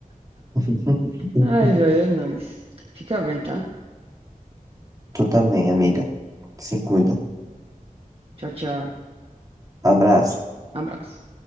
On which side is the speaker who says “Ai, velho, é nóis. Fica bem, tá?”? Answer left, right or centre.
Right